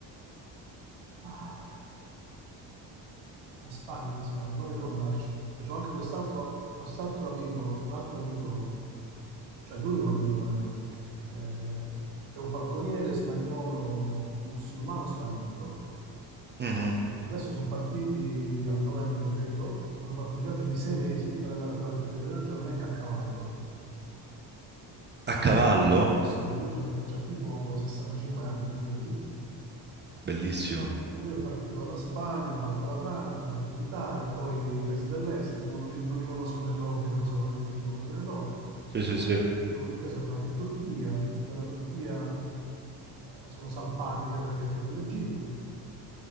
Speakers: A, on the right; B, on the right.
A: Ah. La Spagna, la Spagna, no, io devo andarci. E C'ho anche quest'altro quest'altro amico, un altro amico, cioè l'unico amico veramente, eh, che è un falconiere spagnolo, musulmano spagnolo.
B: Mhm.
A: Adesso sono partiti a novembre, credo, hanno fatto un viaggio di sei mesi per andare a fare il pellegrinaggio a Mecca a cavallo.
B: A cavallo?
A: Sì, e lui c'ha c'ha tipo 65 anni, figurati.
B: Bellissimo.
A: A lui è partito dalla Spagna, hanno fatto la Francia, hanno fatto l'Italia, poi i paesi dell'est, che mo non li, non li conosco nell'ordine, non so quello viene prima, quello viene dopo.
B: Sì, sì,
A: Do-
B: sì.
A: Dopodiché sono arrivati in Turchia, dalla Turchia sono salpati via traghetto per l'Egitto